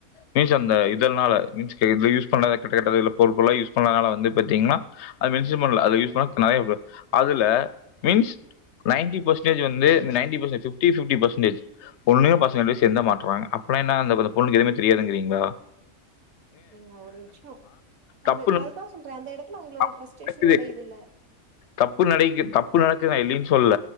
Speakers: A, on the left; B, on the right.
A: <unintelligible> அந்த இதனால ட்ரிங்க்ஸ் இது யூஸ் பண்றத கெட்ட கெட்ட போதை பொருள்லா யூஸ் பண்றனால வந்து பத்தீங்கன்னா அது மென்ஷன் பண்ல அத யூஸ் பண்ணா <unintelligible> அதுல மீன்ஸ் நைன்டி பர்சடேஜ் வந்து இந்த ninety percent fifty fifty percentage பொண்ணு பசங்க ரெண்டுபேரு சேந்துதா மாட்றாங்க அப்பனா என்னா அந்த பொண்ணுக்கு எதுமே தெரியாதுங்றீங்களா
B: நீங்க ஒரு விஷ்யோ
A: தப்பு
B: அது அதுதா சொல்ற அந்த எடத்துல உங்களோட
A: நடக்குது
B: ட்ரெஸ்ட் இஷ்யூ உடையிதுல
A: தப்பு நடிக்கி தப்பு நடக்குது நா இல்லைன் சொல்ல